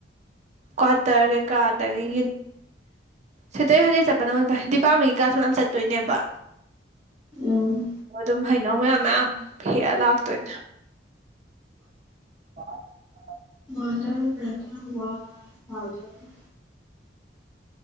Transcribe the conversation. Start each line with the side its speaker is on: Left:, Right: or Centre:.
Right: ꯀ꯭ꯋꯥꯇꯔ ꯀꯩꯀꯥꯗꯒꯤ ꯗꯤꯟ ꯁꯦꯇꯔꯗꯦ ꯁꯦꯠꯇꯔꯗꯦ ꯆꯠꯄꯗꯣ ꯗꯤꯄꯥꯔꯠꯃꯦꯟꯒꯤ ꯀꯂ꯭ꯥꯁ ꯃꯌꯥꯝ ꯆꯠꯇꯣꯏꯅꯦꯕ
Centre: ꯎꯝ
Right: ꯑꯗꯨꯝ ꯍꯩꯅꯧ ꯃꯌꯥꯝ ꯃꯌꯥꯝ ꯍꯦꯛꯑ ꯂꯥꯛꯇꯣꯏꯅꯦ ꯑꯥ ꯑꯥ
Centre: ꯋꯥꯗ꯭ꯔꯕꯔꯠ ꯋꯥꯢ ꯐꯥꯗꯔ <inaudible>